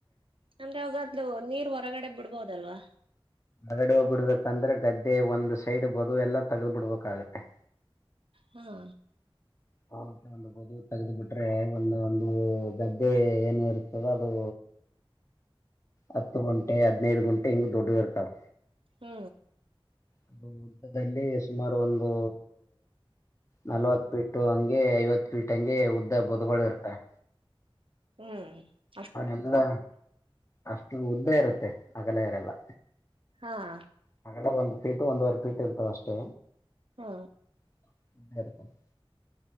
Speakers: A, on the right; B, on the left.
A: ಅಂದ್ರೆ ಅವಾಗಾದ್ರು ನೀರ್ ಹೊರಗಡೆ ಬಿಡ್ಬೋದಲ್ವಾ
B: ಎರಡು ಬಿಡಬೇಕಂದ್ರೆ ಗದ್ದೆ ಒಂದ್ ಸೈಡ್ ಬದು ಎಲ್ಲಾ ತಗದ್ ಬಿಡ್ಬೇಕಾಗತ್ತೆ.
A: ಹ್ಮ್,
B: ಹೌ ಚ <unintelligible> ಅದು ತೆಗೆದುಬಿಟ್ಟರೆ ಒಂದ ಒಂದು ಗದ್ದೆ ಏನ ಇರ್ತದ ಅದು ಹತ್ತು ಗುಂಟೆ ಹದಿನೈದು ಗುಂಟೆ ಹಿಂಗ್ ದೋಡ್ಡು ಇರ್ತಾವ್
A: ಹ್ಮ
B: ಅದು ಉದ್ದದಡ್ಡಿ ಸುಮಾರು ಒಂದು ನಲ್ವತ್ ಫೀಟ್ ಅಂಗೆ ಐವತ್ತು ಫೀಟ್ ಅಂಗೆ ಉದ್ದ ಬದುಗಳು ಇರ್ತವೆ.
A: ಹ್ಞ
B: ಅನೆಲ್ಲಾ ಅಷ್ಟು ಉದ್ದ ಇರುತ್ತೆ ಅಗಲ ಇರಲ್ಲಾ
A: ಹಾಂ
B: ಹಾಗ ಒಂದ ಫೀಟ್ ಒಂದೂವರೆ ಫೀಟ್ ಇರ್ತವ ಅಷ್ಟೇ
A: ಹಾ
B: <unintelligible>